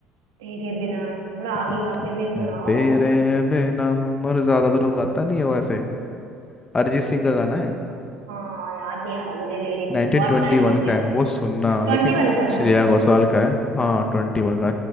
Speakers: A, on the right (about 85°); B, on the left (about 30°).
A: तेरे बिना थोड़ा आगे
B: तो
A: गा के
B: हम्म,
A: भी सुनाओ
B: तेरे बिना मर ज्यादा तो रुलाता नहीं है वो ऐसे अरिजीत सिंह का गाना है
A: हाँ याद नहीं आ रहा मुझे लिरिक्स
B: 1921
A: बहुत टाइम हो गया
B: का है वो सुनना
A: ट्वेंटी
B: लेकिन
A: वन का है
B: श्रेया घोषाल का है हाँ 21 का